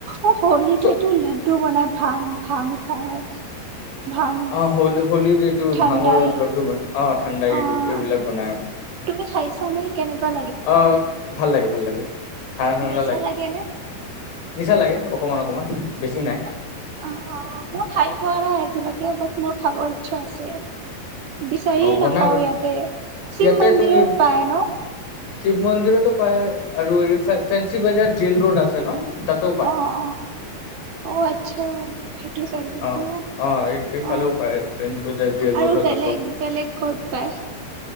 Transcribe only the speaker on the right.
অ হলীত
হেইটো লাড্ডু বনাই ভাং, ভাং খাই। ভাং
ঠাণ্ডাই
অ'
তুমি খাইছানে কেনেকুৱা
নিচা লাগে নে?
অ, মোৰ খাই পোৱা নাই বাকি মোৰ খাব ই চ্ছা আছে। বিচাৰিয়ে
নাপাও
ইয়াতে শিৱ
মন্দিৰত
পায় ন
অ, অ অ এ আচ্ছা। সেইটো চাইদত
ন,
অ
আৰু
বেলেগ
বেলেগ কত পায়?